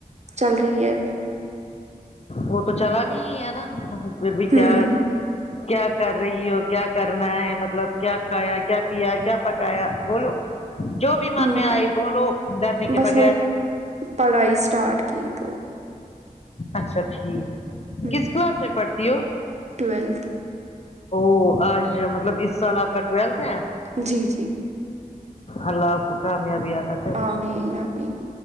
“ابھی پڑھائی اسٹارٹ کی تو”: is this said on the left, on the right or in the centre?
Right